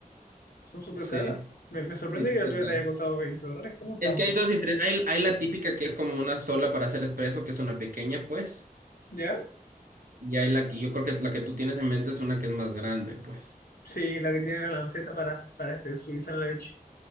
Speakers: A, on the left (about 85°); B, on the right (about 70°).
A: son súper
B: Sí,
A: caras. Me, me sorprende
B: sí, sí,
A: que
B: sí.
A: la tuya
B: claro.
A: te haya costado 20 dólares, ¿cómo tan
B: Es que
A: poco?
B: hay dos diferentes. Hay, hay la típica que es como una sola para hacer espresso, que es una pequeña, pues.
A: ¿Ya?
B: Y hay la que yo creo que la que tú tienes en mente es una que es más grande, pues.
A: Sí, la que tiene la lanceta para, para este, suiza en la leche.